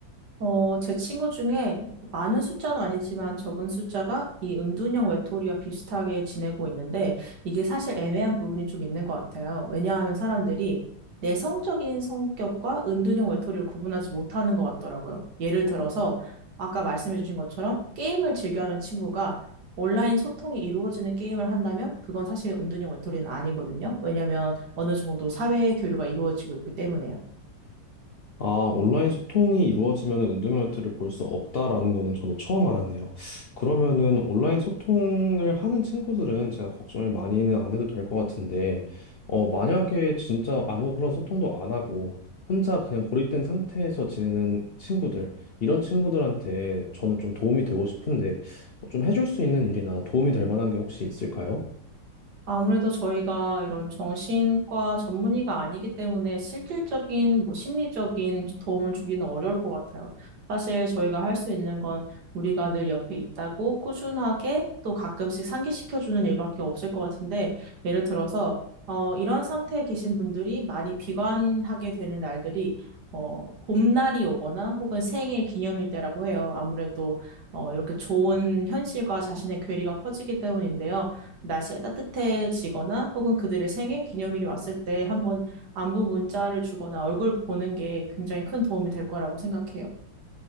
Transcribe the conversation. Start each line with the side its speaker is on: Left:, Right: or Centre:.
Right: 어, 제 친구 중에 많은 숫자는 아니지만 적은 숫자가 이 은둔형 외톨이와 비슷하게 지내고 있는데 이게 사실 애매한 부분이 좀 있는 것 같아요. 왜냐하면 사람들이 내성적인 성격과 은둔형 외톨이를 구분하지 못하는 것 같더라고요. 예를 들어서 아까 말씀해주신 것처럼 게임을 즐겨하는 친구가 온라인 소통이 이루어지는 게임을 한다면 그건 사실 은둔형 외톨이는 아니거든요. 왜냐하면 어느 정도 사회 교류가 이루어지고 있기 때문에요.
Left: 아, 온라인 소통이 이루어지면 운동회를 볼 수 없다라는 거는 저도 처음 알았네요. 그러면은 온라인 소통을 하는 친구들은 제가 걱정을 많이는 안 해도 될 것 같은데, 어, 만약에 진짜 아무런 소통도 안 하고 혼자 그냥 고립된 상태에서 지내는 친구들, 이런 친구들한테 저는 좀 도움이 되고 싶은데, 좀 해줄 수 있는 일이나 도움이 될 만한 게 혹시 있을까요?
Right: 아무래도 저희가 이런 정신과 전문의가 아니기 때문에 실질적인 뭐 심리적인 도움을 주기는 어려울 것 같아요. 사실 저희가 할 수 있는 건 우리가 늘 옆에 있다고 꾸준하게 또 가끔씩 상기시켜주는 일밖에 없을 것 같은데 예를 들어서 어, 이런 상태에 계신 분들이 많이 비관하게 되는 날들이 어, 봄날이 오거나 혹은 생일 기념일 때라고 해요. 아무래도 어, 이렇게 좋은 현실과 자신의 괴리가 커지기 때문인데요. 날씨가 따뜻해지거나 혹은 그들의 생일 기념일이 왔을 때 한번 안부 문자를 주거나 얼굴 보는 게 굉장히 큰 도움이 될 거라고 생각해요.